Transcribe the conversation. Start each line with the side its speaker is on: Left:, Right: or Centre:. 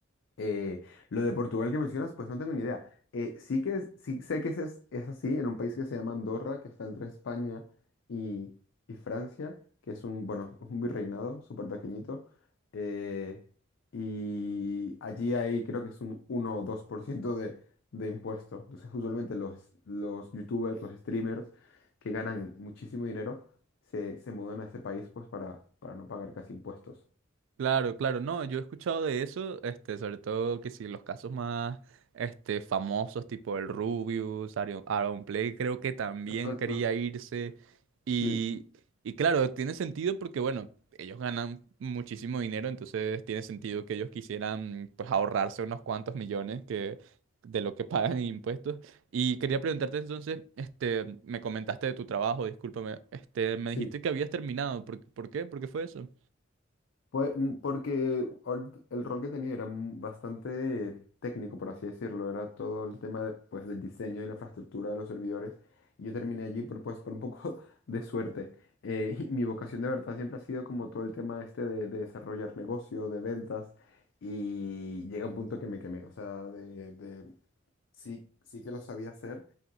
Left: Eh, lo de Portugal que mencionas, pues no tengo ni idea. Eh, sí que es- sí sé que es, es es así en un país que se llama Andorra, que está entre España y, y Francia, que es un, bueno, un virreinado súper pequeñito. eh, y allí hay, creo que es un uno o 2% de, de impuesto. Entonces, usualmente los, los youtubers, los streamers que ganan muchísimo dinero, se, se mudan a ese país pues para, para no pagar casi impuestos.
Right: Claro, claro, no, yo he escuchado de eso, este, sobre todo que si los casos más, este, famosos, tipo el Rubius, Arion- Aaron, Play, creo que también
Left: Exacto.
Right: quería irse, y,
Left: Sí.
Right: y claro, tiene sentido porque, bueno, ellos ganan muchísimo dinero, entonces tiene sentido que ellos quisieran, pues, ahorrarse unos cuantos millones que, de lo que pagan en impuestos, y quería preguntarte entonces, este, me comentaste de tu trabajo, discúlpame, este, me
Left: Sí,
Right: dijiste que habías terminado, ¿por, por qué? ¿Por qué fue eso?
Left: Pues, mm, porque or- el rol que tenía era mm, bastante técnico, por así decirlo, era todo el tema de, pues, del diseño y la infraestructura de los servidores. Y yo terminé allí por, pues, por un poco <laughs> de suerte. Eh, y mi vocación de verdad siempre ha sido como todo el tema este de, de desarrollar negocio, de ventas, y llega un punto que me quemé, o sea, de, de- sí, sí que lo sabía hacer,